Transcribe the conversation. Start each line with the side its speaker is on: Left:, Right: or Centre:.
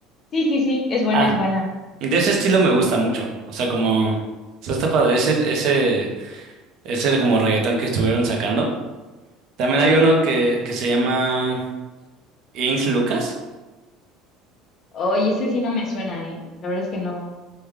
Left: Sí, sí, sí, es buena,
Right: Ah,
Left: es buena.
Right: de ese estilo me gusta mucho. O sea, como. O sea, está padre. Ese, ese. Ese es como reggaetón que estuvieron sacando. También
Left: Vale,
Right: hay uno
Left: vale.
Right: que, que se llama Ink Lucas,
Left: Oye, ese sí no me suena, ¿eh? La verdad es que no.